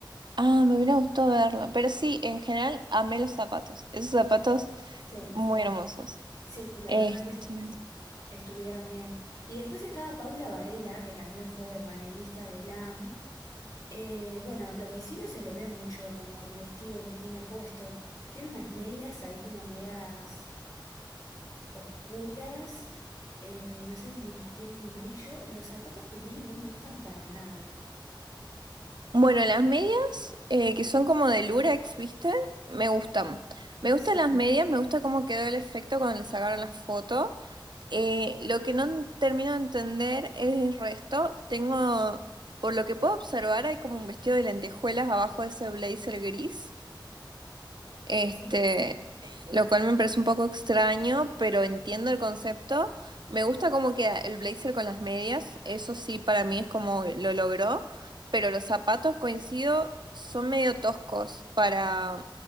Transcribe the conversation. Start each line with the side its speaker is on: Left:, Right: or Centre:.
Right: Ah, me hubiera gustado verlo. Pero sí, en general amé los zapatos. Esos zapatos
Left: Sí,
Right: muy hermosos.
Left: sí, la
Right: Este.
Left: verdad que sí, estuvieron bien. Y después estaba Paula Varela, que también fue panelista de LAM. Eh, bueno, lo que sí no se le ve mucho, como el vestido que tiene puesto. Tiene unas medias ahí como medias oscuras. eh, no sé si tienen brillo. Los zapatos que tiene no me gustan para nada.
Right: Bueno, las medias, eh, que son como de lurex, ¿viste? Me gustan. Me
Left: Sí,
Right: gustan las medias, me gusta cómo quedó el efecto cuando le sacaron la foto. Eh, lo que no termino de entender es el resto. Tengo, por lo que puedo observar, hay como un vestido de lentejuelas abajo de ese blazer gris. Este,
Left: sí,
Right: lo cual me parece un poco extraño, pero entiendo el concepto. Me gusta como queda el blazer con las medias, eso sí para mí es como lo logró, pero los zapatos, coincido, son medio toscos para,